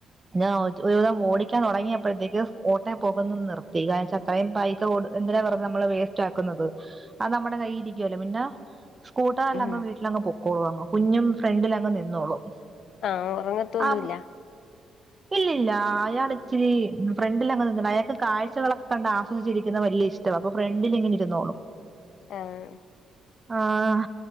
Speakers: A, on the right; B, on the left.
A: <unintelligible> ഒരുവിധം ഓടിക്കാൻ തൊടങ്ങിയപ്പഴത്തേക്ക് ഓട്ടെ പോകുന്നെ നിർത്തി കാരണചാ ഇത്രയും പൈ <unintelligible> എന്തിനാ വെറുതെ നമ്മള് വേസ്റ്റ് ആക്കുന്നത് അത് നമ്മടെ കയ്യി ഇരിക്കുവല്ലോ പിന്നെ സ്കൂട്ടറില്ലങ്ങ്
B: ഉം
A: വീട്ടിലങ്ങ് പൊക്കോളും അങ്ങ് കുഞ്ഞും ഫ്രണ്ടിലങ്ങ് നിന്നോളും
B: ഒറങ്ങത്തൊന്നു
A: ആ
B: ഇല്ല
A: ഇല്ലില്ല അയാൾ ഇച്ചിരി ഫ്രണ്ടില് അങ്ങ് നിന്നി <unintelligible> അയാൾക്ക് കാഴ്ചകളക്ക കണ്ട് ആസ്വദിച്ചിരി ക്ക്ന്ന വല്യ ഇഷ്ടവാ അപ്പൊ ഫ്രണ്ടിൽ ഇങ്ങനെ ഇരുന്നോളും
B: ആഹ്
A: ആഹ്